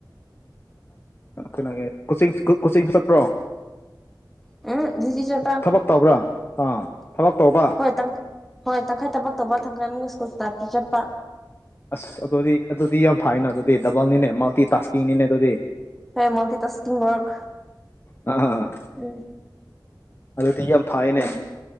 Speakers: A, on the left; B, in the centre.
A: ꯀꯩꯅꯣꯒꯦ <unintelligible> ꯀꯣꯆꯤꯡ ꯀꯣꯆꯤꯡ ꯆꯠꯄ꯭ꯔꯣ
B: ꯎꯝ ꯗ꯭ꯌꯨꯇꯤ ꯆꯠꯄ
A: ꯊꯕꯛ ꯇꯧꯕ꯭ꯔꯥ ꯑꯥ ꯊꯕꯛ ꯇꯧꯕꯥ
B: ꯍꯣꯏ ꯇꯪ ꯍꯣꯏ ꯇꯪꯈꯥꯏ ꯊꯕꯛ ꯇꯧꯕ ꯇꯪꯈꯥꯏꯃꯨꯛ ꯁ꯭ꯀꯨꯜ ꯇꯥꯏꯞꯇ <unintelligible> ꯆꯠꯄ
A: ꯑꯁ ꯑꯗꯨꯗꯤ ꯑꯗꯨꯗꯤ ꯌꯥꯝ ꯐꯥꯏꯅ ꯑꯗꯨꯗꯤ ꯗꯕꯜꯅꯤꯅꯦ ꯃꯜꯇꯤ ꯇꯥꯛꯁꯀꯤꯡꯅꯤꯅꯦ ꯑꯗꯨꯗꯤ
B: ꯍꯦ ꯃꯜꯇꯤ ꯇꯥꯛꯁꯀꯤꯡ ꯋꯥꯛ
A: ꯑꯥ
B: ꯎꯝ
A: ꯑꯗꯨꯗꯤ ꯌꯥꯝ ꯐꯥꯏꯅꯦ
B: ꯎꯝ